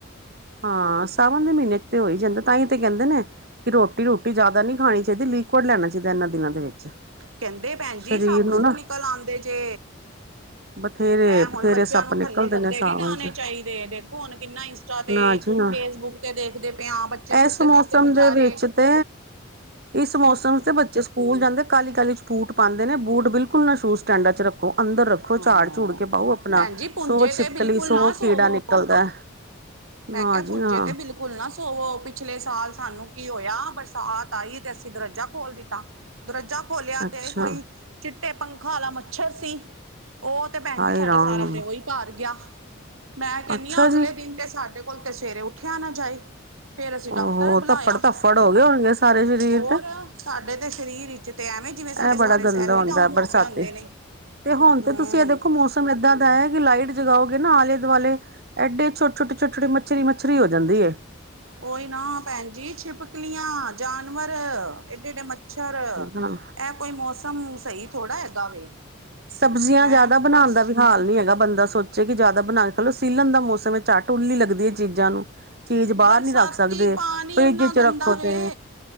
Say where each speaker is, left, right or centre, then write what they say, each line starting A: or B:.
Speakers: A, on the right (about 50°); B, on the right (about 90°).
A: ਹਾਂ ਸਾਵਨ ਦੇ ਮਹੀਨੇ ਚ ਤੇ ਹੋ ਹੀ ਜਾਂਦਾ ਤਾਂਹੀ ਤੇ ਕਹਿੰਦੇ ਨੇ ਕਿ ਰੋਟੀ ਰੋਟੀ ਜਿਆਦਾ ਨਹੀਂੀ ਖਾਣੀ ਚਾਹੀਦੀ ਲਿਕੁਵਡ ਲੈਣਾ ਚਾਹੀਦਾ ਇਹਨਾਂ ਦਿਨਾਂ ਦੇ ਵਿੱਚ
B: ਕਹਿੰਦੇ ਭੈਣ ਜੀ
A: ਸਰੀਰ
B: ਸੱਪ
A: ਨੂੰ
B: ਸੁੱਪ
A: ਨਾ
B: ਨਿਕਲ ਆਉਂਦੇ ਜੇ
A: ਬਥੇਰੇ
B: ਇਹ
A: ਬਥੇਰੇ
B: ਹੁਣ ਬੱਚਿਆਂ
A: ਸੱਪ
B: ਨੂੰ
A: ਨਿਕਲਦੇ
B: ਥੱਲੇ ਗੱਦੇ
A: ਨੇ ਸਾਵਣ
B: ਨੀ ਡਾਣੇ
A: ਚ
B: ਚਾਹੀਦੇ ਦੇਖੋ ਹੁਣ ਕਿੰਨਾ ਤੇ
A: ਨਾ ਜੀ ਨਾ
B: ਫੇਸਬੁੱਕ ਤੇ ਦੇਖਦੇ ਪਏ ਹ ਬੱਚੇ ਸੁੱਤੇ
A: ਇਸ ਮੌਸਮ
B: ਸੁੱਤੇ ਬਚਾਰੇ
A: ਦੇ ਵਿੱਚ ਤੇ ਇਸ ਮੌਸਮ ਤੇ ਬੱਚੇ ਸਕੂਲ ਜਾਂਦੇ ਕਾਹਲੀ ਕਾਹਲੀ ਚ ਬੂਟ ਪਾਉਂਦੇ ਨੇ ਬੂਟ ਬਿਲਕੁਲ ਨਾ ਸ਼ੂਜ ਸਟੈਂਡਾਂ ਚ ਰੱਖੋ ਅੰਦਰ ਰੱਖੋ। ਦੇਖੋ
B: ਹਾਂ
A: ਝਾੜ ਝੂੜ ਕੇ ਪਾਓ ਆਪਣਾ
B: ਭੈਣ ਜੀ ਪੁੰਜੇ
A: ਸੋ ਛਿਪਕਲੀ
B: ਤੇ ਬਿਲਕੁਲ
A: ਸੋ
B: ਨਾ ਸੋਵੋ
A: ਕੀੜਾ ਨਿਕਲਦਾ।
B: ਮੈਂ
A: ਨਾ
B: ਕਿਹਾ
A: ਜੀ
B: ਪੁੰਜੇ
A: ਨਾ
B: ਤੇ ਬਿਲਕੁਲ ਨਾ ਸੁ <unintelligible> ਪਿਛਲੇ ਸਾਲ ਸਾਨੂੰ ਕੀ ਹੋਇਆ ਬਰਸਾਤ ਆਈ ਤੇ ਅਸੀਂ ਦਰਵਾਜਾ ਖੋਲ ਦਿੱਤਾ। ਦਰਵਜਾ ਖੋਲਿਆ
A: ਅੱਛਾ
B: ਤੇ ਕੋਈ ਚਿੱਟੇ ਪੰਖਾ ਵਾਲਾ ਮੱਛਰ ਸੀ। ਉਹ ਤੇ ਭੈਣ
A: ਹਾਏ
B: ਜੀ ਸਾਡਾ
A: ਰਾਮ
B: ਸਾਰਾ ਤੇ ਉਹੀ ਭਾਰ ਗਿਆ ਮੈਂ ਕਹਿੰਦੀ
A: ਅੱਛਾ
B: ਹਾਂ ਅਗਲੇ
A: ਜੀ
B: ਦਿਨ ਤੇ ਸਾਡੇ ਹੁਣ ਤੇ ਸਵੇਰੇ ਉੱਠਿਆ ਨਾ ਜਾਏ ਫੇਰ ਅਸੀਂ ਡਾਕਟਰ
A: ਉਹ
B: ਬੁਲਾਇਆ
A: ਧੱਫੜ ਧੱਫੜ ਹੋ ਗਏ ਹੋਣਗੇ ਸਾਰੇ ਸਰੀਰ
B: ਹੋਰ
A: ਤੇ
B: ਸਾਡੇ ਤੇ ਸਰੀਰ ਵਿੱਚ ਤੇ ਐਵੇਂ ਜਿਵੇਂ ਸਾਡੇ
A: ਇਹ ਬੜਾ
B: ਸਾਰੇ
A: ਗੰਦਾ
B: ਸੈੱਲ ਹੀ
A: ਹੁੰਦਾ
B: ਡਾਊਨ ਹੋਗੇ
A: ਬਰਸਾਤੀ
B: ਹੁੰਦੇ ਨੇ।
A: ਤੇ ਹੁਣ ਤੇ
B: ਹੂੰ
A: ਤੁਸੀਂ ਇਹ ਦੇਖੋ ਮੌਸਮ ਇੱਦਾਂ ਦਾ ਹੈ ਕਿ ਲਾਈਟ ਜਗਾਓਗੇ ਨਾ ਆਲੇ ਦੁਆਲੇ, ਐਡੇ ਛੋਟੇ ਛੋਟੇ ਛੋਟੇ ਛੋਟੇ ਮੱਛਰੀ ਮੱਛਰੀ ਹੋ ਜਾਂਦੀ ਏ।
B: ਓਹੀ ਨਾ ਭੈਣ ਜੀ ਛਿਪਕਲੀਆਂ ਜਾਨਵਰ ਏਡੇ ਏਡੇ ਮੱਛਰ,
A: ਹਾਂ।
B: ਇਹ ਕੋਈ ਮੌਸਮ ਸਹੀ ਥੋੜ੍ਹਾ ਹੈਗਾ ਵੇ।
A: ਸਬਜ਼ੀਆਂ
B: ਹੈਂ
A: ਜ਼ਿਆਦਾ ਬਣਾਉਣ
B: ਬਸ
A: ਦਾ ਵੀ ਹਾਲ ਨੀ ਹੈਗਾ ਬੰਦਾ ਸੋਚ ਕਿ ਜ਼ਿਆਦਾ ਬਣਾ ਲੇ ਸੀਲਣ ਦਾ ਮੌਸਮ ਹੈ ਚੱਟ ਉੱਲੀ ਲੱਗਦੀ ਏ ਚੀਜ਼ਾਂ ਨੂੰ। ਚੀਜ਼ ਬਾਹਰ
B: ਬਰਸਾਤੀ
A: ਨੀ ਰੱਖ ਸਕਦੇ
B: ਪਾਣੀ
A: ਫਰਿੱਜ
B: ਇੰਨਾ
A: ਚ
B: ਗੰਦਾ
A: ਰੱਖੋ
B: ਵੇ।
A: ਤੇ,